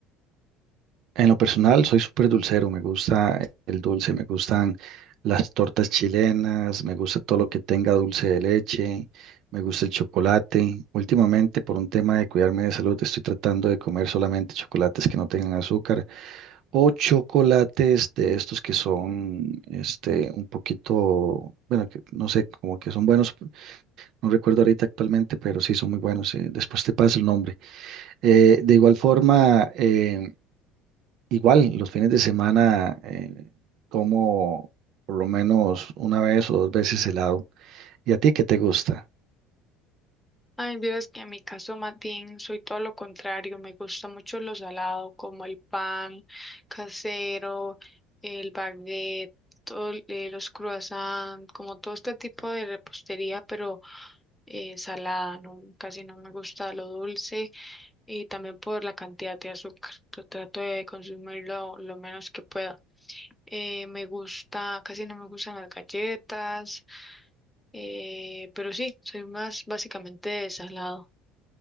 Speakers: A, on the right; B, in the centre.
A: En lo personal, soy súper dulcero, me gusta el dulce, me gustan las tortas chilenas, me gusta todo lo que tenga dulce de leche, me gusta el chocolate. Últimamente, por un tema de cuidarme de salud, estoy tratando de comer solamente chocolates que no tengan azúcar o chocolates de estos que son, este, un poquito, bueno, que no sé, como que son buenos, no recuerdo ahorita actualmente, pero sí son muy buenos. eh, Después te paso el nombre. Eh, de igual forma, eh, Igual, los fines de semana eh, como por lo menos una vez o dos veces helado. ¿Y a ti qué te gusta?
B: Ay, vieras que en mi caso, Matín, soy todo lo contrario, me gusta mucho lo salado, como el pan casero, el baguette, todo, eh, los croissants, como todo este tipo de repostería, pero eh, salada, no, casi no me gusta lo dulce y también por la cantidad de azúcar, yo trato de consumirlo lo menos que pueda. Eh, me gusta, casi no me gustan las galletas, eh, pero sí, soy más básicamente de salado.